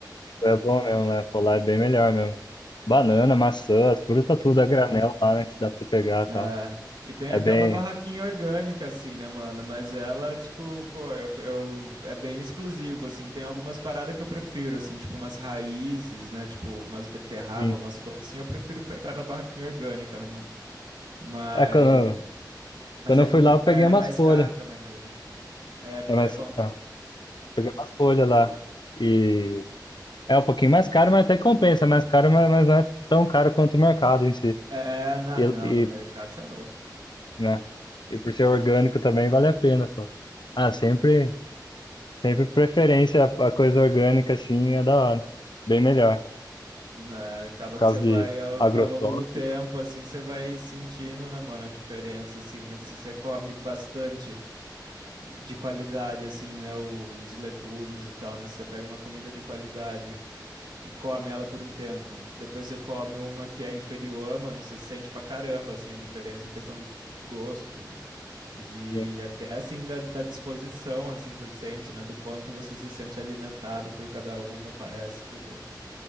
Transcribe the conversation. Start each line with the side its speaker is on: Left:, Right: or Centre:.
Left: É bom mesmo, né? Pô, lá é bem melhor mesmo. Banana, maçã, as frutas tudo a granel lá, né? Que dá pra você pegar e
Right: É,
Left: tal.
Right: e tem
Left: É
Right: até
Left: bem.
Right: uma barraquinha orgânica, assim, né, mano? Mas ela, tipo, pô, eu, eu- é bem exclusivo, assim. Tem algumas paradas que eu prefiro, assim, tipo umas raízes, né? Tipo, umas beterraba,
Left: Sim.
Right: umas coisas assim. Eu prefiro pegar na barraquinha orgânica, né, mano? Mas,
Left: É, quando,
Right: mas
Left: quando
Right: é
Left: eu fui
Right: muito,
Left: lá, eu peguei
Right: é
Left: umas
Right: mais
Left: folhas.
Right: caro também daí, né? É, folha
Left: É, Mas,
Right: é bom também.
Left: ah, peguei umas folhas lá. E É um pouquinho mais caro, mas até compensa. É mais caro, mas, mas não é tão caro quanto o mercado em si.
Right: É, não,
Left: E,
Right: não,
Left: e,
Right: no mercado você é louco.
Left: né? E por ser orgânico também vale a pena, pô. Ah, sempre,
Right: Sim.
Left: sempre preferência a, a coisa orgânica, assim, é da hora. Bem melhor.
Right: né, acaba
Left: Por
Right: que
Left: causa
Right: você vai
Left: de
Right: ao,
Left: agrotóxicos,
Right: ao longo do tempo, assim, você vai sentindo, né, mano, a diferença, assim, né? Se você come bastante. de qualidade, assim, né? Os legumes e tal, né? Se Você pega uma comida de qualidade e come ela por um tempo. Depois você come uma que é inferior, mano, você sente pra caramba, assim, a diferença em questão de gosto, de
Left: enfim.
Right: até, assim, da, da disposição, assim, que você sente, né? Do quanto você se sente alimentado por cada uma, parece que,